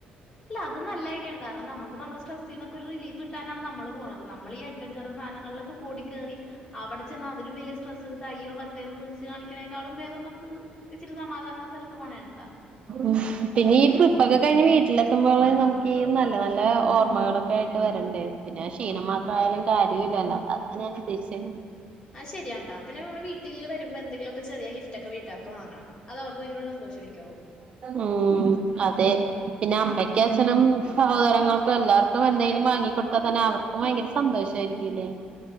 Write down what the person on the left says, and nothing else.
അല്ല അത് നല്ല ഐഡിയാണ് കാരണം നമുക്ക് നമ്മ സ്ട്രെസ് ന്ന് ഒരു റിലീഫ് കിട്ടാൻ നമ്മൾ പോണത് നമ്മൾ ഈ അഡ്വഞ്ചർ സാധനങ്ങളിൽ ഓടി കേറി അവിടെ അതിലും വലിയ സ്ട്രെസ് എടുത്തു അയ്യോ പത്തേന്ന് വിളിച്ച കാണിക്ക്നേക്കാളും ഭേദം നമുക്കിത് ഇച്ചിരി സമാധാനമുള്ള സ്ഥലത്ത് പോണേണ ട്ടാ
അയ് ശരിയാണ് ട്ടാ. പിന്നെ മ്മള് വീ ട്ടില് വരുമ്പോ, എന്തെങ്കിലൊക്കെ ചെറിയ ഗിഫ്റ്റൊക്കെ വീട്ടാർക്ക് വാങ്ങണം. അത് അവർക്ക് ഭയങ്കരൊരു സന്തോഷമായിരിക്കൊള്ളൂ.